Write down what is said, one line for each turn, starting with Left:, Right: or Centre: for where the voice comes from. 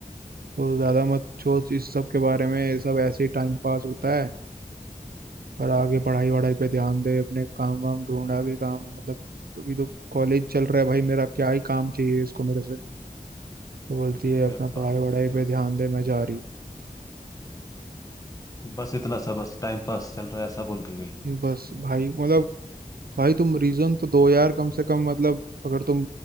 Right: तो ज़्यादा मत सोच इस सब के बारे में ये सब ऐसे ही टाइम पास होता है और आगे पढ़ाई वढ़ाई पे ध्यान दे अपने काम वाम ढूंढा भी काम मतलब अभी तो कॉलेज चल रहा है भाई मेरा क्या ही काम चाहिए इसको मेरे से तो बोलती है
Left: अरे
Right: अपना पढ़ाई
Left: बाप
Right: वढ़ाई
Left: रे बाप
Right: पे ध्यान दे मैं जा रही
Left: बस इतना सा बस टाइम पास चल रहा है ऐसा बोल के गई
Right: हूँ बस भाई मतलब भाई तुम रीज़न तो दो यार कम से कम मतलब अगर तुम